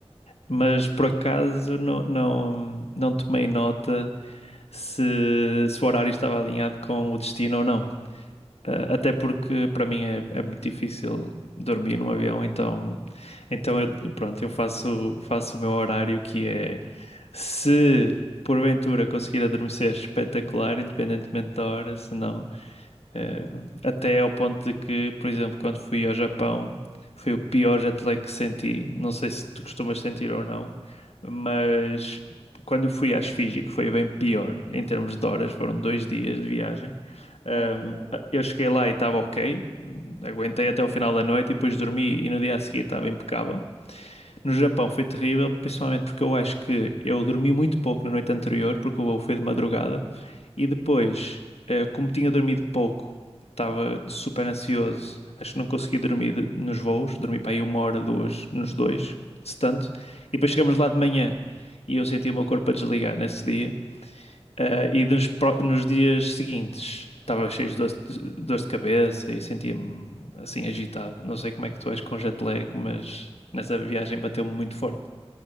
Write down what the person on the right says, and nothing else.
Ai, que horror.